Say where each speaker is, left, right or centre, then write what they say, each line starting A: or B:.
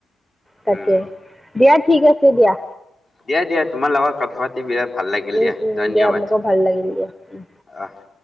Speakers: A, in the centre; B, on the left.
A: তাকে
B: উম
A: দিয়া ঠিক আছে দিয়া।
B: দিয়া দিয়া তোমাৰ লগত কথা পাতি বিৰাট ভাল লাগিল
A: উম,
B: দিয়া
A: উম,
B: ধন্যবাদ,
A: দিয়া মোকো ভাল লাগিল দিয়া উম।
B: অহ।